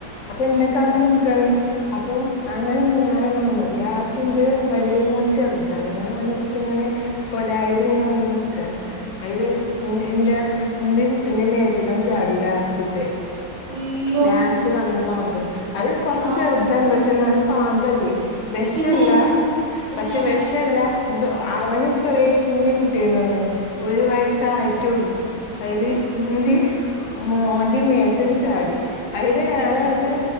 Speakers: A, on the left (about 50°); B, on the right (about 70°).
A: അപ്പ ഇന്നെ
B: ഉം
A: കാത്ത്
B: ഉം ഉം
A: നിക്കാണ് അപ്പൊ അങ്ങനെ മൂന്നാലണ്ണം വന്നു. ലാസ്റ്റ് ഇന്റെ വല്ല്യ മോന് ചെർതാണ് ഞാന് ഓനെട് ത്ത് ഇങ്ങനെ
B: ഉം
A: കൊലായില് ഇങ്ങനെ വന്ന് നിക്കാണ് അയില്
B: ആഹ്
A: ഇന്റ ഇന്റിം കുട്ടിന്റിം മേത്ത്ക്കാണ്ട് ചാടി ലാസ്റ്റ്ത്തെ
B: ഉയ്യോ
A: ലാ സ്റ്റ് വന്ന പാമ്പ് അഅ് കൊർച്ച്
B: ആഹ്
A: ചെറ്താണ് പക്ഷെ ഇന്നാലും പാമ്പല്ലേ വെശല്ല
B: പിന്നെ പിന്നെ
A: പക്ഷെ വെശ ക്കല്ല ഇന്നട്ട് അവന് ചെറീ കുഞ്ഞ് കുട്ടിയേനി അന്ന് ഒരു വയസ്സായിട്ടുള്ളൂ
B: ഉം ഉം ഉം
A: അയില്
B: ഉം
A: ഇന്റെ മോന്റെ മേത്ത്ട് ചാടി അയില് ഞാനങ്ങട്ട്
B: അയ്യോ